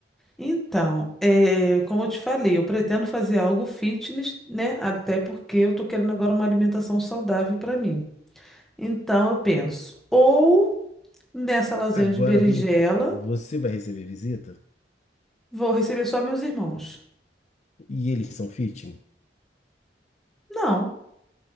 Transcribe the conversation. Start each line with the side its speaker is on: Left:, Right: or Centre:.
Centre: Então, é, como eu te falei, eu pretendo fazer algo fitness, né? Até porque eu tô querendo agora uma alimentação saudável para mim. Então, eu penso, ou nessa lasanha
Left: Agora
Centre: de berinjela,
Left: vem cá, você vai receber visita?
Centre: vou receber só meus irmãos.
Left: E eles são fitness?
Centre: Não.